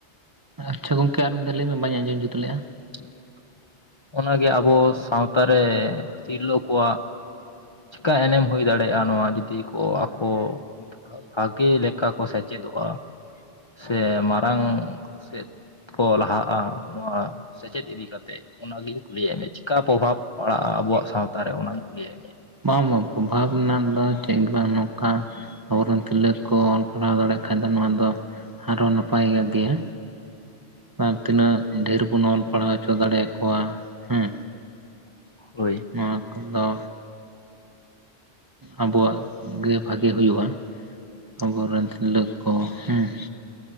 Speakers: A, on the right; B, on the left.
A: ᱟᱪᱪᱷᱟ ᱜᱚᱝᱠᱮ ᱟᱨ ᱢᱤᱫ ᱫᱷᱟᱣ ᱞᱟᱹᱭ ᱢᱮ ᱵᱟᱹᱧ ᱟᱸᱡᱚᱢ ᱡᱩᱛ ᱞᱮᱜᱼᱟ ᱾
B: <unintelligible> ᱚᱱᱟ ᱜᱮ ᱟᱵᱚ ᱥᱟᱶᱛᱟ ᱨᱮ ᱛᱤᱨᱞᱟᱹ ᱠᱚᱣᱟᱜ ᱪᱮᱠᱟ ᱮᱱᱮᱢ ᱦᱩᱭ ᱫᱟᱲᱮᱜᱼᱟ? ᱱᱚᱣᱟ ᱡᱩᱫᱤ ᱠᱚ ᱟᱠᱚ ᱵᱷᱟᱜᱮ ᱞᱮᱠᱟ ᱠᱚ ᱥᱮᱪᱮᱫᱚᱜᱼᱟ, ᱥᱮ ᱢᱟᱨᱟᱝ ᱥᱮᱫ ᱠᱚ ᱞᱟᱦᱟᱜᱼᱟ ᱱᱚᱣᱟ ᱥᱮᱪᱮᱫ ᱤᱫᱤ ᱠᱟᱛᱮᱫ ᱾ ᱚᱱᱟ ᱞᱤᱭᱮᱧ ᱠᱩᱞᱤᱭᱮᱫ ᱢᱮᱭᱟ, ᱪᱮᱠᱟ ᱯᱨᱚᱵᱷᱟᱵᱽ ᱯᱟᱲᱟᱜᱼᱟ ᱟᱵᱚᱣᱟᱜ ᱥᱟᱶᱛᱟ ᱨᱮ, ᱚᱱᱟᱧ ᱠᱩᱞᱤᱭᱮᱫ ᱢᱮᱭᱟ ᱾
A: ᱵᱟᱝ ᱵᱟᱝ ᱯᱨᱚᱵᱷᱟᱵ ᱨᱮᱱᱟᱜ ᱫᱚ ᱪᱮᱫ ᱵᱟᱝ ᱱᱚᱝᱠᱟ ᱟᱵᱚᱨᱮᱱ ᱛᱤᱨᱞᱟᱹ ᱠᱚ ᱚᱞ-ᱯᱟᱲᱦᱟᱣ ᱫᱟᱲᱮᱭᱟᱜ ᱠᱷᱟᱡ ᱫᱚ ᱱᱚᱶᱟ ᱫᱚ ᱟᱨᱦᱚᱸ ᱱᱟᱯᱟᱭᱚᱜ ᱜᱮᱭᱟ᱾ ᱟᱨ ᱛᱤᱱᱟᱹᱜ ᱰᱷᱮᱨ ᱵᱚᱱ ᱚᱞ ᱯᱟᱲᱦᱟᱣ ᱦᱚᱪᱚ ᱫᱟᱲᱮᱭ ᱟᱠᱚᱣᱟ ᱦᱮᱸ
B: ᱦᱚᱭ᱾
A: ᱱᱚᱣᱟ ᱠᱚᱫᱚ ᱟᱵᱚᱣᱟᱜ ᱜᱮ ᱵᱷᱟᱜᱮ ᱦᱩᱭᱩᱜᱼᱟ᱾ ᱟᱵᱚᱨᱮᱱ ᱛᱤᱨᱞᱟᱹ ᱠᱚ ᱦᱮᱸ